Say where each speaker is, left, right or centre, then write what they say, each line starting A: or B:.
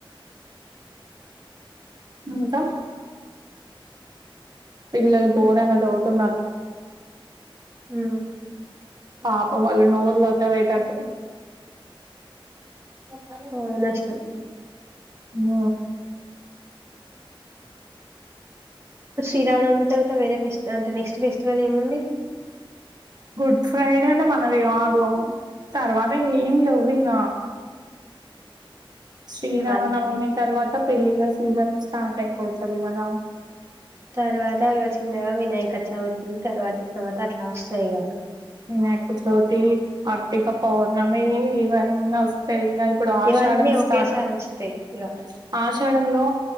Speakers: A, on the right; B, on the right.
A: ఇంకా. పిల్లలు ఘోరంగా చదువుతున్నారు.
B: ఉ
A: పాపం వాళ్ల నోర్ళ్లంతా పోయేటట్టు.
B: పొమ్మని వదిలేస్తారు.
A: మ్మ
B: శ్రీరామనవమి తర్వాత వేరే ఫెస్టివల్ఫెస్ అంటే నెక్స్ట్ ఫెస్టివల్ ఏముంది
A: గుడ్ ఫ్రైడే అంటె మనది కాదు తర్వాత ఏమి లేవు ఈగ శ్రీరామనవమి
B: మళ్ళీ
A: తర్వాత పెళ్ళిళ్ళ ఈగల్ స్టాక్ అయిపోతది కదా
B: తర్వాత చిన్నగా వినాయక చవితి తర్వాత తర్వాత అట్లా వస్తాయి ఇగ
A: మేక తోటి ఆర్థికం పౌర్ణమి ఇవన్నీ వస్తా ఈగ ఇప్పుడు ఆషాడం
B: ఇవన్నీ
A: స్టార్ట్
B: ఒకేసారి
A: ఆష
B: వస్తాయి ఇగ
A: ఆషాడంలో